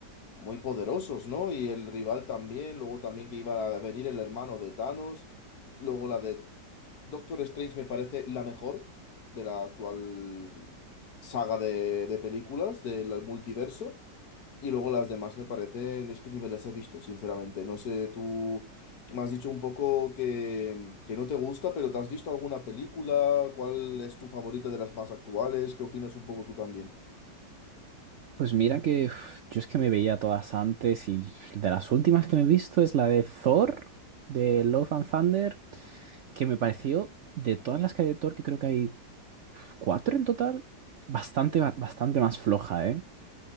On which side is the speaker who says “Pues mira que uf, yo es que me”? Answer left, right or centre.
Right